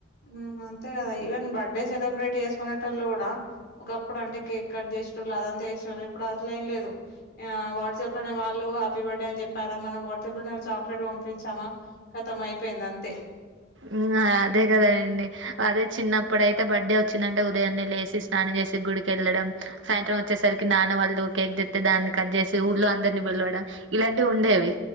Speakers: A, on the left; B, on the right.
A: ఉమ్ అంతే గదా ఈవెన్ బర్త్డే సెలబ్రేట్ చేసుకునేటోళ్ళు గూడా ఒకప్పుడు అంటే కేక్ కట్ చేసేటోళ్ళు అదంతా చేసే వాళ్ళు ఇప్పుడు అట్ల ఏం లేదు ఆ వాట్సాప్ లోనే వాళ్ళు హ్యాపీ బర్త్డే అని చెప్పారా మనం వాట్సాప్ లోనే చాక్లెట్ పంపించామా ఖతం అయిపోయింది అంతే
B: ఉమ్ అదే గద అండి అదే చిన్నప్పుడైతే బర్త్డే వచ్చిందంటే ఉదయాన్నే లేసి స్నానం చేసి గుడికి యెళ్ళడం సాయంత్రం వచ్చేసరికి నాన్న వాళ్ళు కేక్ తెత్తే దాన్ని కట్ జేసి ఊళ్ళో అందరినీ పిలవడం ఇలాంటివి ఉండేవి